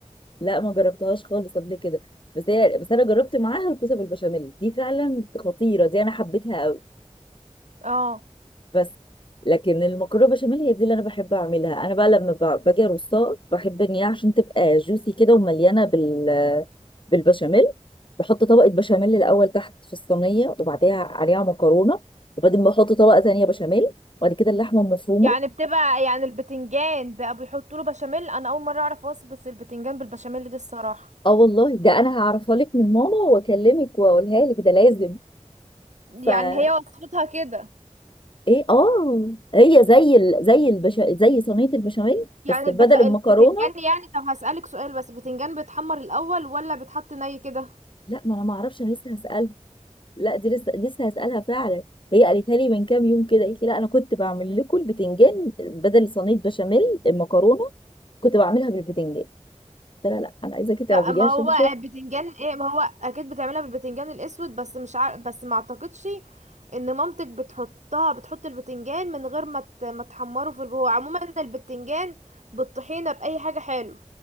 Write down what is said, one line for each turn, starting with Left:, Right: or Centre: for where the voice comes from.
Left: لا ما جربتهاش خالص قبل كده بس هي بس انا جربت معاها الكوسه بالبشاميل دي فعلا خطيره دي انا حبيتها قوي
Right: اه
Left: بس لكن المكرونه بشاميل هي دي اللي انا بحب اعملها انا بقى لما ب- باجي ارصها بحب ان هي عشان تبقى جوسي كده ومليانه بال بالبشاميل بحط طبقه بشاميل الاول تحت في الصينيه وبعديها عليها مكرونه وبعدين بحط طبقه تانية بشاميل وبعد كده اللحمه المفرومه
Right: يعني بتبقى يعني البتنجان بقى بيحطوا له بشاميل انا اول مره اعرف وصفه البتنجان بالبشاميل دي الصراحه
Left: اه والله ده انا هعرفها لك من ماما واكلمك واقولها لك ده لازم
Right: يعني
Left: فا
Right: هي وصفتها كده
Left: ايه اه هي زي ال... زي البش... زي صينيه البشاميل
Right: يعني
Left: بس
Right: البت...
Left: بدل
Right: البتنجان
Left: المكرونه
Right: يعني طب هسألك سؤال بس البتنجان بيتحمر الاول ولا بيتحط ني كده
Left: لا ما انا ما اعرفش انا لسه هسألك لا دي لسه لسه هسألها فعلا هي قالتها لي من كام يوم كده قالت لي لا انا كنت بعمل لكم البتنجان بدل صينيه بشاميل المكرونه كنت بعملها بالبتنجان قلت لها لا انا عايزاكي تعمليها
Right: لا ما
Left: عشان
Right: هو
Left: اشوف
Right: بتنجان ايه ما هو اكيد بتعملها بالبتنجان الاسود بس مش عارف بس ما اعتقدش ان مامتك بتحطها بتحط البتنجان من غير ما ت- ما تحمره في الجو عموما البتنجان بالطحينه باي حاجه حلو